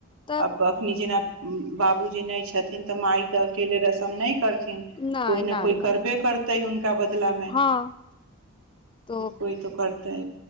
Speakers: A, on the left (about 25°); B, on the right (about 65°).
A: तब
B: अब एखनी जेना बाबूजी नहि छथिन तऽ माइ तऽ अकेले रस्म नहि करथिन
A: नहि
B: कोइ न
A: नहि
B: कोइ
A: नहि
B: करबै करत तऽ हुन का बदला मे
A: हँ तो
B: कोइ तऽ कर तऽ